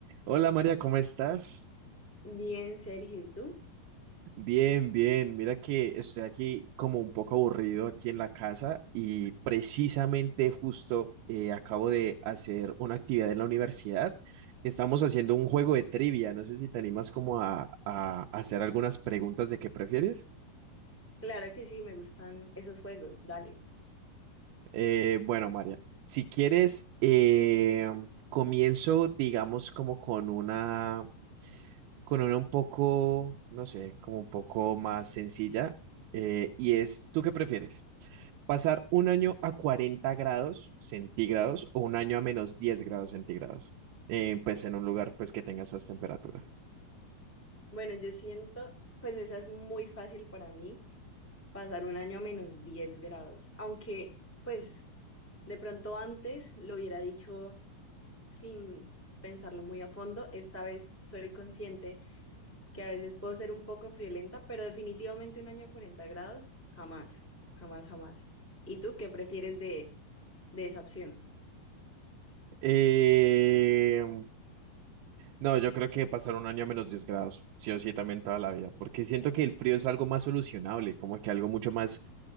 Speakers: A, on the right; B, in the centre.
A: Hola María, ¿cómo estás?
B: Bien, Sergio, ¿y tú?
A: Bien, bien. Mira que estoy aquí como un poco aburrido aquí en la casa y precisamente justo eh, acabo de hacer una actividad en la universidad. Estamos haciendo un juego de trivia. No sé si te animas como a, a hacer algunas preguntas de qué prefieres.
B: Claro que sí, me gustan esos juegos, dale.
A: Eh, bueno, María, si quieres, eh, comienzo digamos como con una... con una un poco, no sé, como un poco más sencilla, eh, y es, ¿tú qué prefieres? ¿Pasar un año a 40 grados centígrados o un año a menos 10 grados centígrados? Eh, pues en un lugar pues que tenga esas temperaturas.
B: Bueno, yo siento, pues esa es muy fácil para mí, pasar un año a menos 10 grados, aunque pues de pronto antes lo hubiera dicho sin pensarlo muy a fondo, esta vez soy consciente que a veces puedo ser un poco friolenta, pero definitivamente un año a 40 grados, jamás, jamás, jamás. ¿Y tú qué prefieres de, de esa opción?
A: Eh, no, yo creo que pasar un año a menos 10 grados, sí o sí, también toda la vida, porque siento que el frío es algo más solucionable, como que algo mucho más